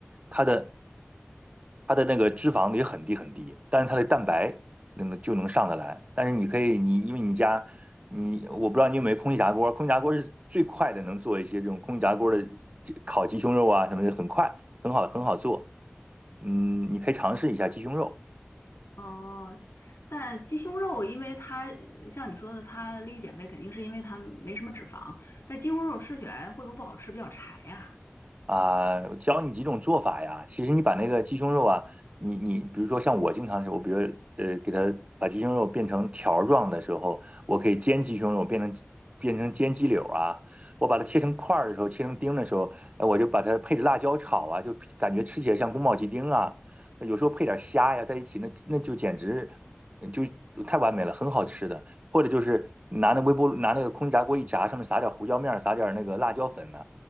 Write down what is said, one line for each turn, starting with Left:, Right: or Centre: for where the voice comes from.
Right: 它的它的那个脂肪也很低很低，但是它的蛋白能就能上得来。但是你可以你因为你家你我不知道你有没有空气炸锅，空气炸锅是最快的能做一些这种空气炸锅的烤鸡胸肉啊什么的，很快很好很好做。嗯，你可以尝试一下鸡胸肉。
Left: 哦，但鸡胸肉，因为它呃像你说的，它利于减肥，肯定是因为它没什么脂肪。但鸡胸肉吃起来会不会不好吃，比较柴呀、
Right: 啊，我教你几种做法呀。其实你把那个鸡胸肉啊，你你比如说像我经常是，我比如呃给它把鸡胸肉变成条儿状的时候，我可以煎鸡胸肉变成变成煎鸡柳啊。我把它切成块儿的时候，切成丁的时候，哎，我就把它配着辣椒炒啊，就感觉吃起来像宫保鸡丁啊。有时候配点虾呀在一起，那那就简直呃就太完美了，很好吃的。或者就是拿那微波炉拿那个空气炸锅一炸，上面撒点胡椒面儿，撒点那个辣椒粉呢、